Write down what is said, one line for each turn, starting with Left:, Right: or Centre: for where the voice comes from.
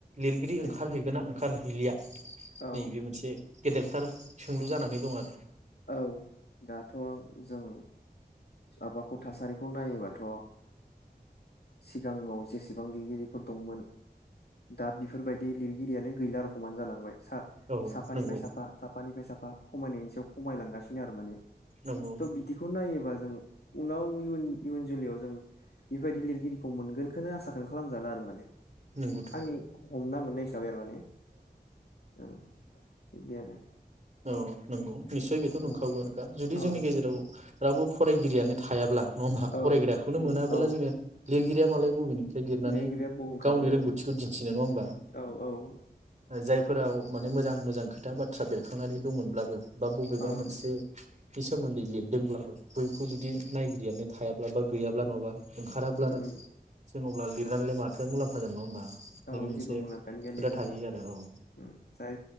Right: लिरगिरि ओंखारहैगोन
Left: ओं
Right: ना ओंखारहैलिया
Left: औ
Right: नैबे मोनसे गेदेरथार सोंलु जानानै दं आरो।
Left: औ दाथ' जों माबाखौ थासारिखौ नायोबाथ' सिगाङाव जेसेबां लिरगिरिफोर दंमोन दा बेफोरबायदि लिरगिरियानो गैला रखमानो जालांबाय। सा
Right: औ
Left: साफानिफ्राय
Right: नंगौ
Left: साफा साफानिफ्राय साफा खमायनायनि सायाव खमायलांगासिनो आरो माने।
Right: नंगौ
Left: त' बिदिखौ नायोबा‌ जों उनाव इयुन जोलैयाव जों बेबायदि लिरगिरिखौ मोनगोनखौनो आसाखौनो खालामजाला आरो माने।
Right: नंगौथ'
Left: आंनि हमना मोननाय हिसाबै माने। औ बिदि आरो।
Right: औ। नंगौ निस्सय
Left: उम
Right: बेथ' नंखागौआनोखा
Left: उम
Right: जुदि
Left: औ
Right: जोंनि गेजेराव रावबो फरायगिरियानो थायाब्ला नङा होमबा
Left: औ उम
Right: फरायग्राखौनो मोनाबोला
Left: औ
Right: जोङो हिराया मालाय बबेनि लिरनानै
Left: लिरगिरिया बबाव ओंखारनो
Right: गावनि रोंगौथिखौ दिन्थिनो नङा होमबा
Left: औ औ ओं
Right: जायफोराव माने मोजां मोजां खोथा बाथ्रा बेरखा खांनानै दंमोनब्लाबो बा बबेबा
Left: ओं
Right: मोनसे बे सोमोन्दै लिरदोंब्लाबो बैखौ जुदि नायगिरियानो थायाब्ला बा गैयाब्ला नङाबा ओंखाराब्ला
Left: उम
Right: आरो
Left: उम
Right: जोंनाव अब्ला लिरनानैलाय माथो मुलाम्फा जानो नङा होमबा? नैबे
Left: औ
Right: मोनसे
Left: जेबो मुलाम्फायानो गैया
Right: खोथा
Left: लिरनानै
Right: थाहैयो आरो औ।
Left: उम जाय